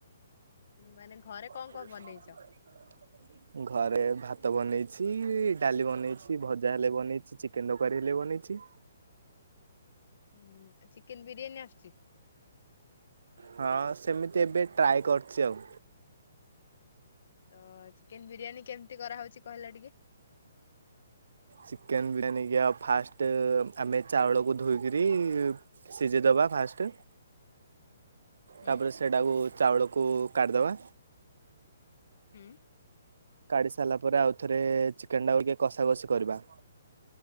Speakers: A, on the left (about 40°); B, on the right (about 65°).
A: ମାନେ ଘରେ କଣ
B: <unintelligible>
A: କଣ ବନେଇଛ? <inaudible>
B: ଘରେ ଭାତ ବନେଇଛି, ଡାଲି ବନେଇଛି, ଭଜା ହେଲେ ବନେଇଛି, ଚିକେନ ତରକାରୀ ହେଲେ ବନେଇଛି।
A: ହୁଁ ଚିକେନ ବିରିୟାନୀ ଆସୁଛି?
B: ହଁ ସେମିତି ଏବେ ଟ୍ରାଏ କରଛି ଆଉ।
A: ତ ଚିକେନ ବିରିୟାନୀ କେମିତି କରାହେଉଛି କହିଲା ଟିକେ?
B: ଚିକେନ ବିରିୟାନୀକି ଆଉ ଫାଷ୍ଟ ଆମେ ଚାଉଳକୁ ଧୋଇକିରି ସିଝେ ଦବା ଫାଷ୍ଟ।
A: ହୁଁ
B: ତାପରେ ସେଟାକୁ ଚାଉଳକୁ କାଢିଦବା।
A: ହୁଁ।
B: କାଢି ସାରିଲା ପରେ ଆଉ ଥରେ ଚିକେନ ଟା କୁ ଟିକେ କଷା କଷି କରିବା।